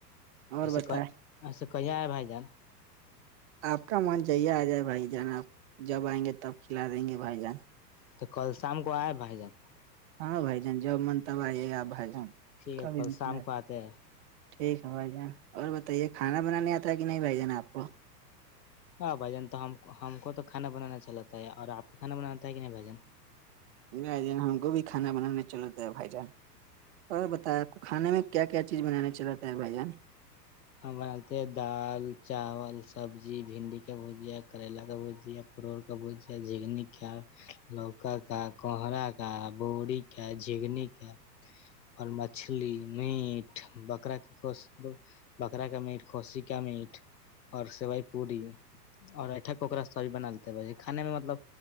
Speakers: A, on the right (about 45°); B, on the left (about 80°).
A: اور
B: ایچسا
A: بتائے
B: ک ایچسا کہیا آئے بھائی جان
A: آپ کا من جیے آ جائے بھائی جان آپ جب آئیں گے تب کھلا دیں گے بھائی جان
B: تو کل شام کو آئے بھائی جان
A: ہاں بھ جان جب من تب آ آپ بھ جان
B: ٹھیک
A: کبھی
B: ہے کل
A: م
B: شام
A: کلا
B: کو آتے ہیں
A: ٹھیک ہے بھائی جان اور بتائیے کھانا بنانے آتا ہے کہ نہیں بھائی جان آپ کو
B: ہاں بھجان تو ہم کو تو کھانا بنانا چلاتا ہے اور آپ کو کھانا بناتا ہے کہ نہیں بھجن
A: بھائی جان ہم کو بھی کھانا بنانا چلتا ہے بھائی جان اور بت آپ کو کھانے میں کیا کیا چیز بنانے چلاتا ہے بھائی جان
B: ہم بناتتے ہیں دال چاول سبزی بھنڈی کا بھجیا کرل کا بھجیا کا ب ج کیا لوکا کا کوہرا کا بووری کا جگنی کا اور مچھلی میٹ بکرا کی کو بکرا کا میٹ کسی کا میٹ اور سیوئی پورڑی اور اٹھ کوکا سا بھی بنا لیتے ب کانے میں مطلب